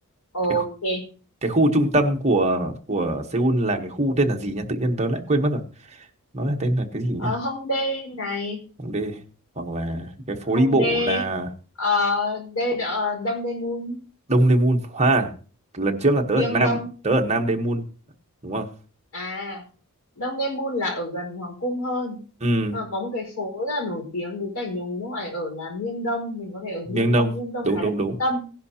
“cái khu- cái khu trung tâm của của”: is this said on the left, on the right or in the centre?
Right